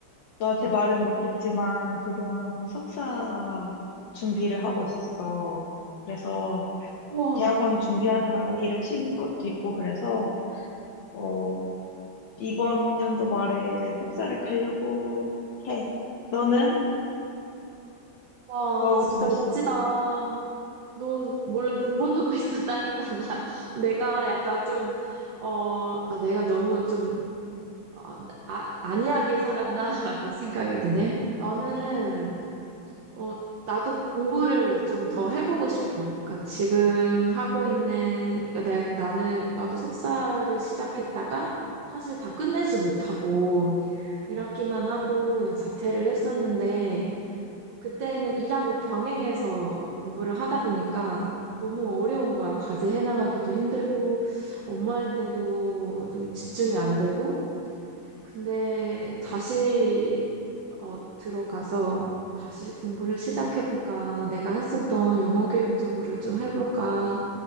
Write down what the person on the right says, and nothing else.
우와,
응
와,
진짜
멋지다. 너 몰래 공부하고 <laughs> 있었다니까, 나, 내가 약간 좀, 어, 아, 내가 너무 좀, 어, 아, 안이하게 살았나라고 생각이 드네. 나는 어, 나도 공부를 좀 더 해보고 싶어. 그러니까 지금 하고 있는, 그러니까 내, 나는, 나도 석사를 시작했다가 사실 다 끝내지 못하고 일학기만 하고 그냥 자퇴를 했었는데 그때는 일하고 병행해서 공부를 하다 보니까 너무 어려운 거야. 과제 해나가기도 힘들고 업무할 때도 좀 집중이 안 되고. 근데 다시 어, 들어가서 다시 공부를 시작해볼까? 내가 했었던 영어 교육 쪽으로 좀 해볼까?